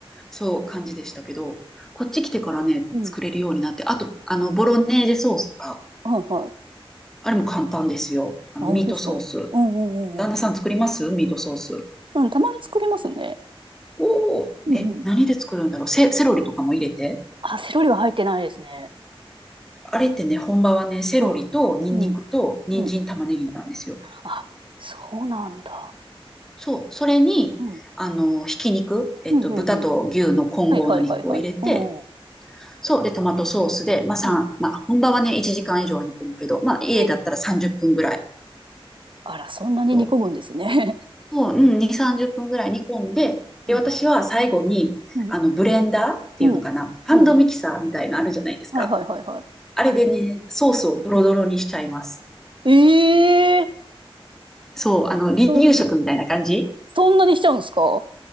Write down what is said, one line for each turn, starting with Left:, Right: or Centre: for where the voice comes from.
Centre: そう感じでしたけど、こっち来てからね、
Right: うん。
Centre: 作れるようになって、あと、あの、ボロネーゼソースとか、
Right: はいはい。
Centre: あれも簡単ですよ。あの、
Right: あ、本当ですか。
Centre: ミートソース。
Right: うんうんうんうん。
Centre: 旦那さん作りますミートソース。
Right: うん、たまに作りますね。
Centre: おお、
Right: うんうん。
Centre: え、何で作るんだろうセ、セロリとかも入れて。
Right: あ、セロリは入ってないですね。
Centre: あれってね、本場はね、セロリとニンニクと人参玉ねぎなんですよ。
Right: うん。うん。うん。あ、そうなんだ。
Centre: そう、それに、
Right: うん。
Centre: あの、ひき肉、えっと、
Right: うんうんうん。
Centre: 豚と牛の混合の肉を入れて、
Right: はいはいはいはい。うんうん。
Centre: そう、で、トマトソースで、まあ、3、
Right: うん。
Centre: まあ、本場はね、1時間以上は煮込むけど、まあ、家だったら30分ぐらい、
Right: えあら、そんなに煮込むんですね。
Centre: そう、そう、うん、2、30分ぐらい煮込んで、で、
Right: <laughs>
Centre: 私は最後に、
Right: うん。
Centre: あの、ブレンダーっていうのかな、
Right: うん。
Centre: ハンドミキサーみたいなのあるじゃないですか。
Right: うん。うんはいはいはいはい。
Centre: あれでね、ソースをドロドロにしちゃいます。
Right: ええ
Centre: そう、あの、離乳食みたいな感じ
Right: そう。そんなにしちゃうんですか